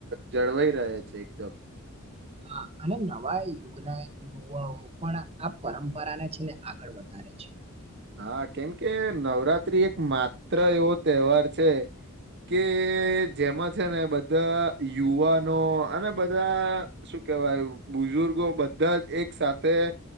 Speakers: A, on the right; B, on the right.
A: જળવાઈ રહે છે એકદમ. <inaudible>
B: હા, અને નવા યુગના યુવાઓ પણ આ પરંપરાને છે ને આગળ વધ ધારે છે.
A: હા, કેમ કે નવરાત્રી એક માત્ર એવો તહેવાર છે કે જેમાં છે ને બધા યુવાનો અને બધા કેવાય બુઝુર્ગો બધા જ એક સાથેથે